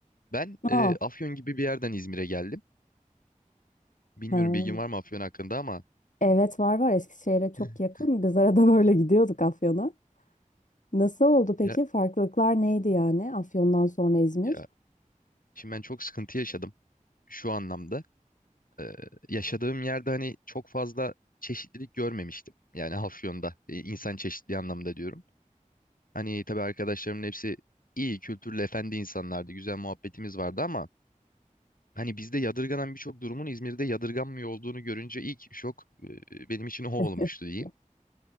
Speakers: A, on the left (about 90°); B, on the left (about 65°).
A: Ben e,
B: Aa,
A: Afyon gibi bir yerden İzmir'e geldim. Bilmiyorum
B: ha.
A: bilgin var mı Afyon hakkında ama
B: Evet var var Eskişehir'e çok
A: <laughs>
B: yakın. Biz arada böyle gidiyorduk Afyon'a. Nasıl oldu peki?
A: ya,
B: Farklılıklar neydi yani Afyon'dan sonra İzmir?
A: ya şimdi ben çok sıkıntı yaşadım şu anlamda. Ee, yaşadığım yerde hani çok fazla çeşitlilik görmemiştim. Yani Afyon'da e, insan çeşitliği anlamda diyorum. Hani tabii arkadaşlarımın hepsi iyi, kültürlü, efendi insanlardı. Güzel muhabbetimiz vardı ama hani bizde yadırganan birçok durumun İzmir'de yadırganmıyor olduğunu görünce ilk şok e, benim için o olmuştu
B: <laughs>
A: diyeyim.